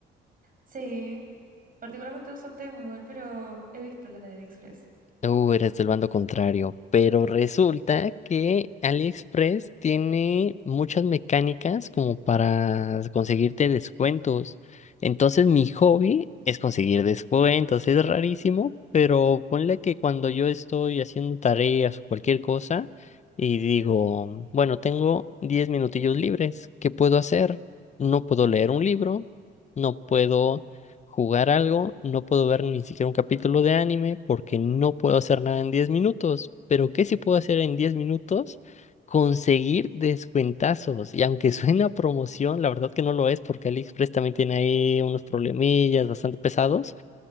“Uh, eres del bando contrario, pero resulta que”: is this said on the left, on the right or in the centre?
Left